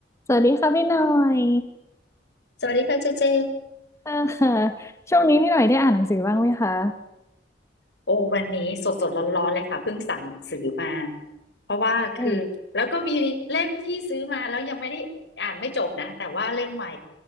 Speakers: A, on the left (about 15°); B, on the left (about 75°).
A: สวัสดีค่ะพี่หน่อย
B: สวัสดีค่ะเจเจ
A: <laughs> อ่าช่วงนี้พี่หน่อยได้อ่านหนังสือบ้างไหมคะ
B: โอ้วันนี้สดสดร้อนร้อนๆเลยค่ะเพิ่งสั่งหนังสือมาเพราะว่าคือแล้วก็มีเล่มที่ซื้อมาแล้วยังไม่ได้อ่านไม่จบนะแต่ว่าเล่มใหม่
A: โอ้